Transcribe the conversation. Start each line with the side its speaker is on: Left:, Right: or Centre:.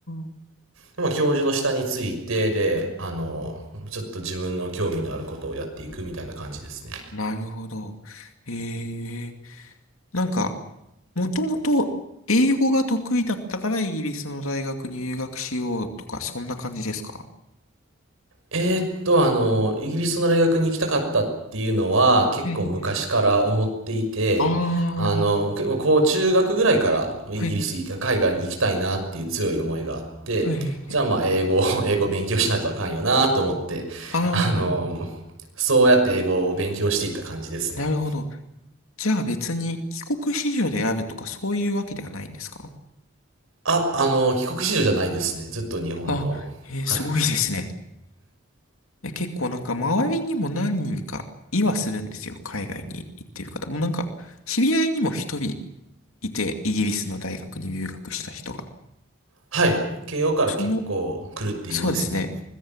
Left: あー。
Right: でまあ、教授の下について、で、あの、ちょっと自分の興味のあることをやっていくみたいな感じですね。
Left: なるほど。ええ。なんか、もともと英語が得意だったからイギリスの大学に留学しようとか、そんな感じですか
Right: えーっと、あの、イギリスの大学に行きたかったっていうのは結構昔から思っていて、
Left: ええあ
Right: あの、
Left: あー、
Right: 結構こう中学ぐらいからイギリス、
Left: はい、
Right: 海外に行きたいなっていう強い思いがあって、
Left: はい、はい、はい。
Right: じゃあまあ英語、<laughs> 英語勉強しないとあかんよなと思って、
Left: ああ、
Right: あの、そうやって英語を勉強していった感じですね。
Left: なるほど。じゃあ別に帰国子女であるとかそういうわけではないんですか
Right: あ、あの、帰国子女じゃないですね。ずっと日本の。
Left: あ、えーすごいですね。
Right: はい。
Left: いや、結構なんか周りにも何人かいはするんですよ。海外に行ってる方。もうなんか知り合いにも一人いて、イギリスの大学に留学した人が。
Right: はい。慶応から結構来るって言いますね。
Left: その、そうですね。